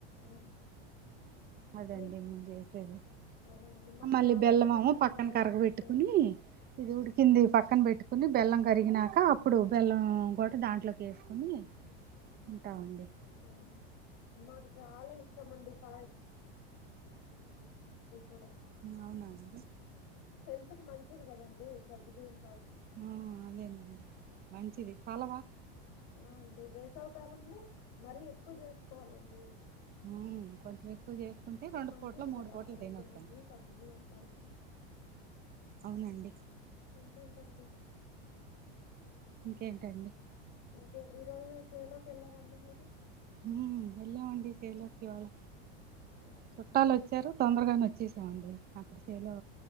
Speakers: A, on the left; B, on the right.
A: ఆ!
B: అదండి
A: మీకు
B: మం చేసేది
A: అదేనండి. మాకు
B: మళ్ళీ
A: చాలా
B: బెల్లమామ
A: ఇష్టమండి
B: పక్కన
A: పాయసం
B: కరగబెట్టుకుని
A: అంటే.
B: ఇది ఉడికింది పక్కన పెట్టుకు కొని బెల్లం కరిగినాక అప్పుడు బెల్లం కూడా దాంట్లోకి వేసుకుని ఉంటామండి
A: ఆ! మాకు చాలా ఇష్టం అండి పా కూడా.
B: అవునా అండి
A: ఇంతకు మంచిది కదండి సగ్గు బయ్యంపాలి
B: ఆ అదేనండి మంచిది ఫలవా
A: ఆ అండి వేసవ కాలంలో మరి ఎక్కువ చేసుకోవాలండి
B: ఉమ్ కొంచెం ఎక్కువ చేసుకుంటే రెండు
A: మంచిది
B: పూట్ల మూడు
A: కదా
B: పూట్లు
A: ఆరోగ్యానికి
B: తినేస్తాం
A: సగ్గుబియ్యం పాయసం.
B: అవునండి
A: ఇంకేంటండి
B: ఏంటండి
A: క ఈ రోజు చేల్లోకి వెళ్ళారండి మీరు
B: హు వెళ్ళామండి చేైలోకి ఇవాళ
A: హ్మ్.
B: చుట్టాలు వచ్చారు చుట్టాలోచేశారు తొందరగానే వచ్చేసామండి అక్కడ చేైలో